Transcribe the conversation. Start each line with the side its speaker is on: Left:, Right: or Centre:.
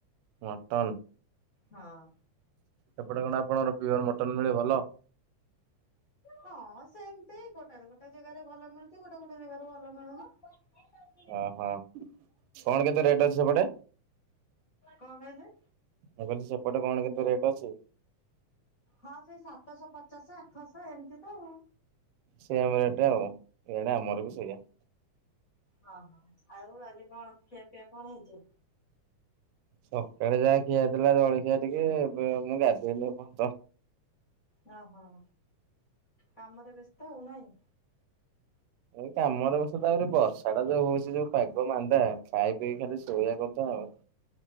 Right: ମଟନ୍
Left: ହଁ ଅ।
Right: ସେପଟେ କଣ ଆପଣଙ୍କର ପିଓର ମଟନ ମିଳେ ଭଲ।
Left: ହଁ ସେମତି ଗୋଟେ ଗୋଟେ ଜାଗାରେ ଭଲ ମିଳୁଛି, ଗୋଟେ ଗୋଟେ ଜାଗାରେ ଭଲ ମିଳୁନି।
Right: ଓହୋ, କଣ କେତେ ରେଟ୍ ଅଛି ସେପଟେ?
Left: କଣ କହିଲେ?
Right: ମୁଁ କହିଲି ସେପଟେ କଣ କେତେ ରେଟ୍ ଅଛି?
Left: ହଁ ସେଇ ସାତଶହ ପଚାଶ ଆଠଶହ ଏମିତି ତ।
Right: ସେମ ରେଟ୍ ଆଉ, ଏଇଆଡେ ଆମର ବି ସେଇଆ।
Left: ହଁ ହଁ ଆଉ ଆଜି କଣ ଖିଆ ପିଆ କଣ ହେଇଛି?
Right: ସକାଳେ ଯାହା ଖିଆଥିଲା ଜଳଖିଆ ଟିକେ, ମୁଁ ଗାଧେଇନି ଏ ପର୍ଯ୍ୟନ୍ତ।
Left: ହଁ ହଁ କାମରେ ବ୍ୟସ୍ତ ଆଉ ନାଇଁ।
Right: ଏଇ କାମରେ ବଷ ତ ଆହୁରି ବର୍ଷା ଟା ଯୋଉ ହଉଛି ଯୋଉ ପାଗ ମାନ୍ଦା ଖାଇ ପିଇ ଖାଲି ଶୋଇଆ କଥା ଆଉ